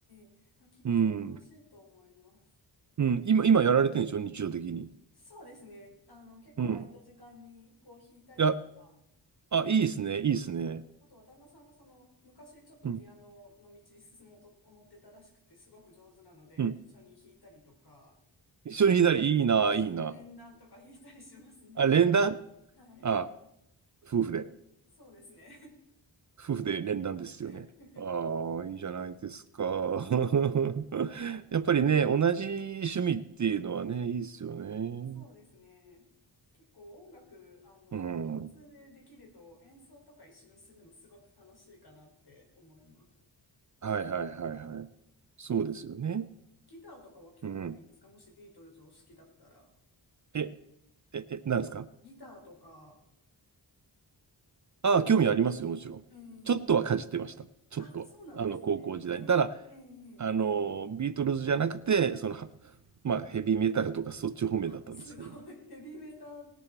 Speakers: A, on the left; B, on the right.
A: えあ、きっと楽しいと思います。
B: うん、うん、今、今やられてるんでしょ、日常的に。
A: そうですね。あの、結構空いた時間にこう弾いたりとか、
B: うん。いや、あ、いいっすね、いいっすね。
A: あとは旦那さんがその昔ちょっとピアノの道に進もうと思ってたらしくてすごく上手なので一緒に弾いたりとか、
B: うん、うん。一緒に左、いいな、
A: あ、その連弾とか弾いたりしますね。
B: いいな。あ、連弾
A: <laughs> はい。
B: あ、夫婦で。
A: そうですね。
B: 夫婦で連弾ですよね。
A: <laughs>
B: ああ、いいじゃないですか。<laughs>
A: なんかあの、
B: やっぱりね、
A: ひ、
B: 同じ趣味っていうのはね、
A: はい。
B: いいですよね。
A: そうですね。結構音楽、あの、
B: うん。
A: 共通でできると演奏とか一緒にするのすごく楽しいかなって思います。
B: はいはいはいはい。そうですよね。
A: ギターとかは興味ないんですかもしビートルズを好きだったら。
B: うん。え、え、え、なんですか
A: ギターとか、
B: ああ、興味ありますよ、もちろん。
A: えー、
B: ちょっとはかじってました。ちょっとは。
A: あ、そうなんですね。
B: あの、高校時代に。
A: えー、
B: ただ、
A: えー、
B: あの、ビートルズじゃなくて、その、はまあ、ヘビーメタルとかそっち方面だったんですけどね。
A: あ、すごい。<laughs> ヘビーメタ、